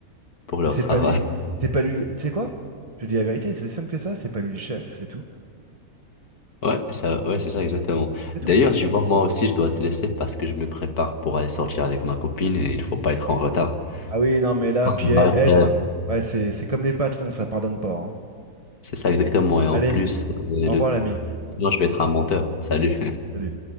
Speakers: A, on the left; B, on the right.
A: pour
B: Bah,
A: leur
B: c'est
A: travail.
B: pas lui.
A: <laughs>
B: C'est pas lui. Tu sais quoi? Je te dis la vérité, c'est aussi simple que ça, c'est pas lui le chef, c'est tout.
A: Ouais, ça, ouais, c'est ça exactement.
B: C'est tout.
A: D'ailleurs, je vois, moi aussi, je dois te laisser parce que je me prépare pour aller sortir avec ma copine et il faut pas être en retard.
B: Ah oui, non, mais là,
A: Non,
B: puis
A: ça
B: elle,
A: va être,
B: elle,
A: euh,
B: ouais, c'est c'est comme les patrons, ça pardonne pas. hein.
A: C'est ça exactement. Et en
B: Allez,
A: plus, euh,
B: au
A: le...
B: revoir l'ami.
A: non, je vais être un menteur. Salut.
B: Salut.